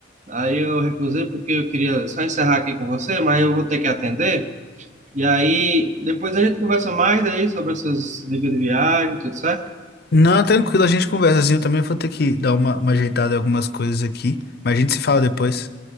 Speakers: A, on the right; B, on the left.
A: aí eu recusei porque eu queria só encerrar aqui com você, mas eu vou ter que atender. E aí, depois a gente conversa mais aí sobre essas dicas de viagem, tudo certo?
B: Não, tranquilo, a gente conversa assim, eu também vou ter que dar uma, uma ajeitada em algumas coisas aqui, mas a gente se fala depois.